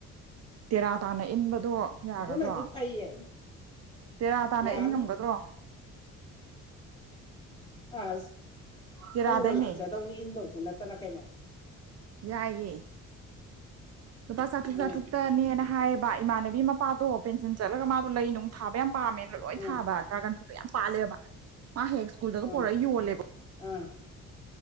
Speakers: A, on the right (about 55°); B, on the left (about 15°).
A: ꯇꯦꯔꯥ ꯇꯥꯅ ꯏꯟꯕꯗꯣ ꯌꯥꯒꯗ꯭ꯔꯣ꯫
B: ꯑꯗꯨꯅꯗꯤ ꯐꯩꯌꯦ
A: ꯇꯦꯔꯥ ꯇꯥꯅ
B: ꯌꯥꯅꯤ
A: ꯏꯟ ꯉꯝꯒꯗ꯭ꯔꯣ꯫
B: ꯑꯁ
A: ꯇꯦꯔꯥꯗꯩꯅꯦ
B: ꯊꯧꯔ ꯂꯥꯛꯆꯗꯧꯅꯤ ꯏꯟꯗꯧꯁꯨ ꯅꯠꯇꯅ ꯀꯩꯅꯣ꯫
A: ꯌꯥꯏꯌꯦ꯫ ꯂꯨꯄꯥ ꯆꯥꯇ꯭ꯔꯨꯛ
B: ꯎꯝ
A: ꯆꯥꯇ꯭ꯔꯨꯛꯇꯅꯦꯅ꯫ ꯍꯥꯏꯌꯦꯕ ꯏꯃꯥꯟꯅꯕꯤ ꯃꯄꯥꯗꯣ ꯄꯦꯟꯁꯤꯟ ꯆꯠꯂꯒ ꯃꯥꯗꯣ ꯂꯩ ꯅꯨꯡ ꯊꯥꯕ ꯌꯥꯝ ꯄꯥꯝꯃꯦ꯫ ꯂꯣꯏ
B: ꯎꯝ
A: ꯊꯥꯕ ꯗ꯭ꯔꯥꯒꯟ ꯐ꯭ꯔꯨꯠꯇꯣ ꯌꯥꯝ ꯄꯥꯜꯂꯦꯕ ꯃꯥ ꯍꯦꯛ ꯁ꯭ꯀꯨꯜꯗꯒ
B: ꯎꯝ
A: ꯄꯨꯔꯒ ꯌꯣꯂꯦꯕ꯫
B: ꯎꯝ